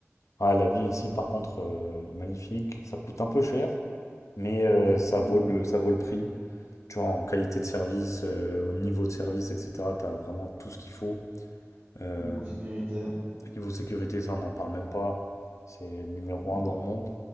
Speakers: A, on the left; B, on the right.
A: Ah, la vie ici par contre, euh, elle est magnifique. Ça coûte un peu cher, mais euh, ça
B: Mhm.
A: vaut le, ça vaut le prix. Tu vois, en qualité de service, euh, au niveau de service, etc., tu as vraiment tout ce qu'il faut. Euh,
B: Niveau sécurité.
A: Niveau sécurité, ça, on n'en parle même pas. C'est numéro
B: Mhm.
A: un dans le monde.